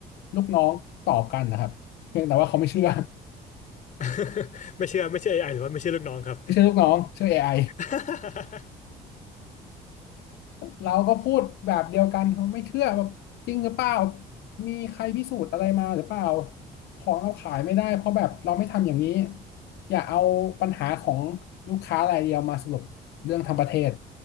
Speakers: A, on the left (about 75°); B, on the left (about 50°).
A: ลูกน้องตอบกันนะครับเพียงแต่ว่าเขาไม่เชื่อ
B: <laughs> ไม่เชื่อไม่เชื่อเอไอหรือว่าไม่เชื่อลูกน้องครับ
A: <laughs> ไม่เชื่อลูกน้องเชื่อเอไอ
B: <laughs>
A: เราก็พูดแบบเดียวกันเขาไม่เชื่อแบบจริงหรือเปล่ามีใครพิสูจน์อะไรมาหรือเปล่าของเราขายไม่ได้เพราะแบบเราไม่ทำอย่างนี้อย่าเอาปัญหาของลูกค้ารายเดียวมาสรุปเรื่องทั้งประเทศ